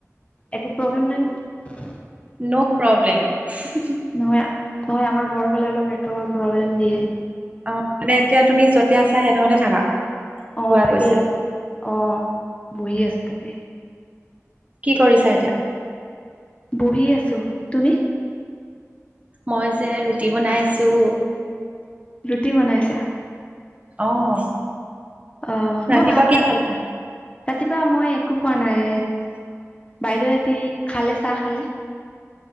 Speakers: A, on the left (about 20°); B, on the right (about 25°).
A: একো প্ৰব্লেম নাই ন?
B: ন' প্ৰব্লেম হুহু।
A: নহয়, নহয় আমাৰ ঘৰফালে অলপ নেটৱৰ্কৰ প্ৰব্লেম দিয়ে
B: অ' মানে এতিয়া তুমি য'তে আছা সেই দখৰতে থাকা।
A: অ'
B: পোৱা
A: তাকে
B: গৈছে
A: ইয়াত, অ', বহি আছো তাতে।
B: কি কৰিছা এতিয়া?
A: বহি আছো, তুমি?
B: মই যে ৰুটি বনাই আছো।
A: ৰুটি বনাইছা?
B: অ'।
A: অ'
B: ৰাতিপুৱা
A: মই ভাত
B: কি
A: পাত,
B: খালা
A: ৰাতিপুৱা মই একো খোৱা নাই বাইদেউ এতি খালে চাহ খালে।